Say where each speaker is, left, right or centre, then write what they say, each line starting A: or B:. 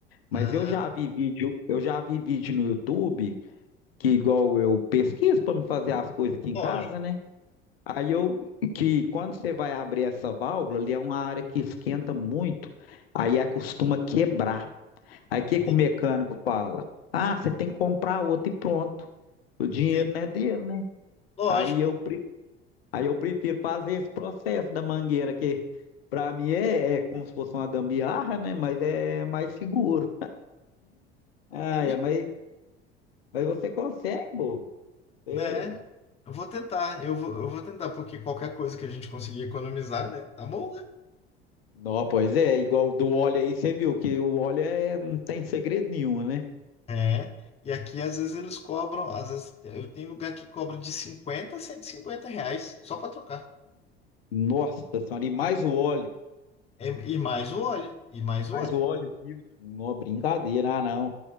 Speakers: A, on the left (about 70°); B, on the left (about 20°).
A: Mas
B: Ah,
A: eu já vi vídeo, eu já vi vídeo no YouTube, que igual eu pesquiso para me fazer as coisas aqui em
B: lógico.
A: casa, né? Aí eu que quando você vai abrir essa válvula, ali é uma área que esquenta muito, aí é, costuma quebrar. Aí o que
B: Entendi.
A: que o mecânico fala? Ah, você tem que comprar outra e pronto. O dinheiro
B: entendi.
A: não é dele, né?
B: Lógico,
A: Aí eu Aí eu prefiro fazer esse processo da mangueira, que para mim é, é como se fosse uma gambiarra, né? Mas é mais seguro. Ah,
B: entendi.
A: é, mas, mas você consegue, bobo. Você...
B: Né? Eu vou tentar, eu vou, eu vou tentar, porque qualquer coisa que a gente conseguir economizar, né? Tá bom, né?
A: Não, pois é, igual do óleo aí, você viu que o óleo é, não tem segredo nenhum, né?
B: É, e aqui às vezes eles cobram, às vezes eu tenho lugar que cobra de 50 a 150 reais só para trocar.
A: Nossa senhora, e mais o óleo,
B: É, e mais o óleo, e mais o
A: mais
B: óleo,
A: o óleo, filtro. Não, brincadeira, ah, não.